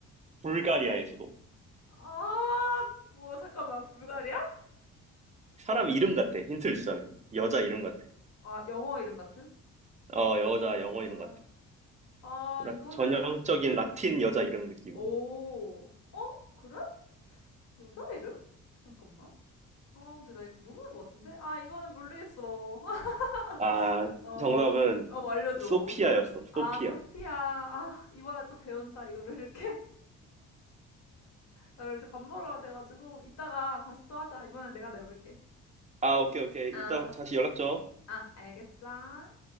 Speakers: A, on the right (about 25°); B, on the left (about 60°).
A: 불가리아의 수도.
B: 아, 뭐, 잠깐만. 불가리아?
A: 사람
B: 와, 근데,
A: 이름 같아. 힌트를 주자면 여자 이름 같아.
B: 아, 영어 이름 같은?
A: 어, 여자
B: 아,
A: 영어 이름 같아.
B: 아,
A: 그러니까
B: 이거는,
A: 전형적인 라틴 여자 이름 느낌.
B: 오. 어? 그래? 여자 이름? 잠깐만. 아, 근데 나 이거 모르는 것 같은데? 아, 이거는 모르겠어. <laughs>
A: 아,
B: 어,
A: 정답은
B: 어, 알려줘.
A: 소피아였어.
B: 아,
A: 소피아.
B: 소피아. 아, 이번에 또 배운다, 이거를 이렇게. 나 그럼 이제 밥 먹으러 가야 돼가지고 이따가 다시 또 하자. 이번엔 내가 내볼게.
A: 아, 오케이 오케이.
B: 아,
A: 이따 다시 연락 줘.
B: 아, 알겠어.